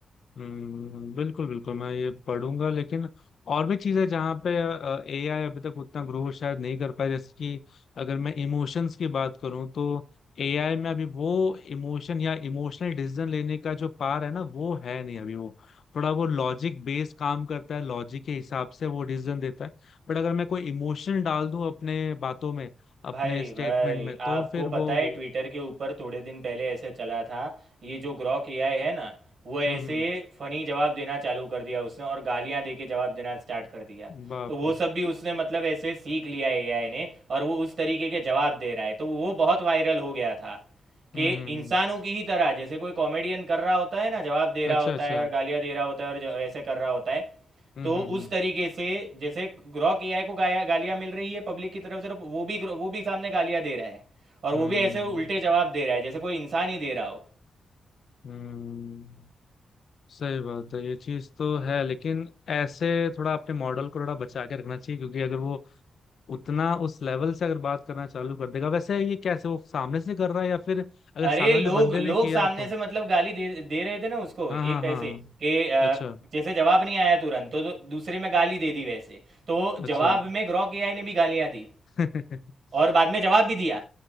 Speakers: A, on the left; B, on the right.
A: हम्म, बिल्कुल बिल्कुल मैं ये पढ़ूंगा लेकिन और भी चीजें जहाँ पे एआई अभी तक उतना ग्रो शायद नहीं कर पाया जैसे कि अगर मैं इमोशंस की बात करूं तो एआई में अभी वो इमोशन या इमोशनल डिसीजन लेने का जो पार है ना वो है नहीं अभी वो थोड़ा वो लॉजिक बेस्ड काम करता है लॉजिक के हिसाब से वो डिसीजन देता है बट अगर मैं कोई इमोशन डाल दूं अपने बातों में अपने
B: भाई
A: स्टेटमेंट
B: भाई
A: में
B: आपको
A: तो फिर वो
B: पता है ट्विटर के ऊपर थोड़े दिन पहले ऐसे चला था ये जो ग्रॉक एआई है ना वो ऐसे
A: हम्म
B: फनी जवाब देना चालू कर दिया उसने और गालियां दे के जवाब देना स्टार्ट कर दिया
A: हम्म बाप
B: तो वो
A: रे
B: सब भी उसने मतलब ऐसे सीख लिया एआई ने और वो उस तरीके के जवाब दे रहा है तो वो बहुत वायरल हो गया था कि
A: हम्म हम्म
B: इंसानों
A: हम्म
B: की ही तरह जैसे कोई कॉमेडियन कर रहा होता है ना जवाब दे रहा
A: अच्छा
B: होता
A: अच्छा
B: है और
A: हम्म
B: गालियां दे रहा होता है और ज- ऐसे कर रहा होता है
A: हम्म
B: तो
A: हम्म
B: उस तरीके से जैसे ग्रॉक एआई को गाया गालियां मिल रही है पब्लिक की तरफ से तो वो भी वो भी सामने गालियां दे रहा है और वो
A: हम्म
B: भी ऐसे उल्टे जवाब दे रहा है जैसे कोई इंसान ही दे रहा हो
A: हम्म सही बात है ये चीज तो है लेकिन ऐसे थोड़ा अपने मॉडल को थोड़ा बचा के रखना चाहिए क्योंकि अगर वो उतना उस लेवल से अगर बात करना चालू कर देगा वैसे ये कैसे वो सामने से कर रहा है या फिर अगर
B: अरे
A: सामने वाले
B: लोग
A: बंदे
B: लोग
A: ने किया
B: सामने
A: तो
B: से मतलब गाली दे दे रहे थे ना उसको
A: हाँ
B: एक
A: हाँ
B: कैसे
A: हाँ हाँ,
B: कि अ,
A: अच्छा
B: जैसे जवाब नहीं आया तुरंत तो, तो दूसरे में गाली दे दी वैसे तो
A: अच्छा
B: जवाब में ग्रॉक एआई ने भी गालियां दी
A: <laughs>
B: और बाद में जवाब भी दिया